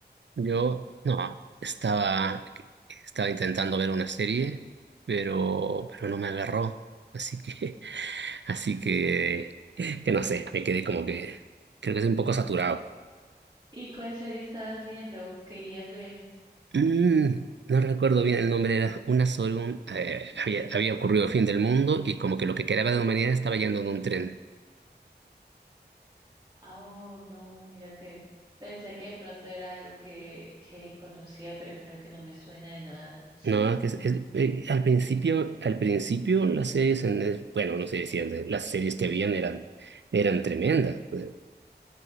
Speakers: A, on the right; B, on the right.
A: Yo, no, estaba, estaba intentando ver una serie, pero, pero no me agarró. Así que, <laughs> así que, que no sé, me quedé como que, creo que es un poco saturado.
B: ¿Y cuál serie estabas viendo? o ¿Querías ver?
A: Mm, no recuerdo bien el nombre, era una sola, un- eh, había, había ocurrido el fin del mundo y como que lo que quedaba de la humanidad estaba yendo en un tren.
B: Ah, Oh, no, mira que pensé que de pronto era algo que, que conocía, pero creo que no me suena de nada. <laughs>
A: No, que es, es- eh, al principio, al principio las series en el- bueno, no sé si en el- las series que habían eran, eran tremendas. Eh,